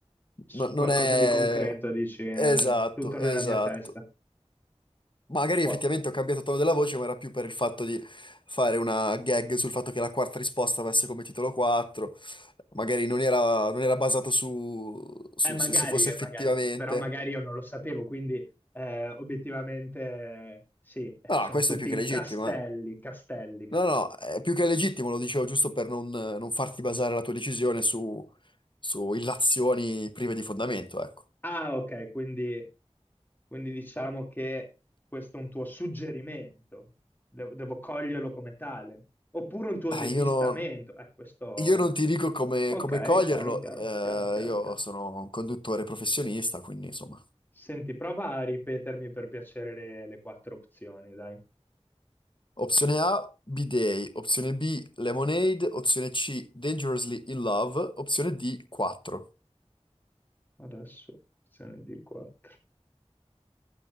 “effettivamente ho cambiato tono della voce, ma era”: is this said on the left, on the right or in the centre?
Left